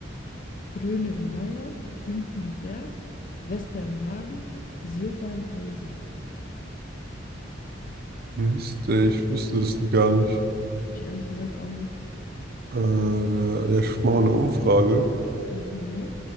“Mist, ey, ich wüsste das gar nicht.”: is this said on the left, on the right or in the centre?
Right